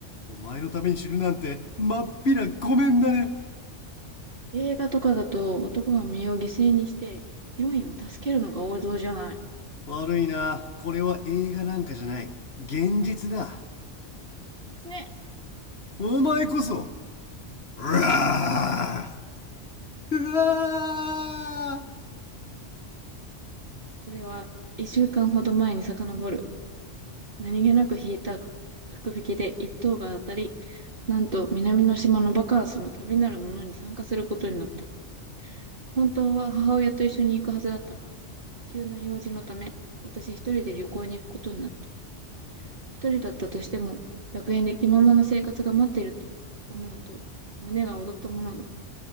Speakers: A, on the left (about 60°); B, on the right (about 45°).
A: お前のために死ぬなんてまっぴらごめんだね
B: 映画とかだと男が身を犠牲にしてヒロインを助けるのが王道じゃない。
A: 悪いな。これは映画なんかじゃない。現実だ。
B: すね。
A: お前こそ。うわあうわあ
B: それは一週間ほど前に遡る。何気なく引いた福引きで一等が当たり、なんと南の島のバカンスの旅なるものに参加することになった。本当は母親と一緒に行くはずだったが、急な用事のため、私一人で旅行に行くことになった。一人だったとしても、楽園で気ままな生活が待っていると思うと、胸が躍ったものだ。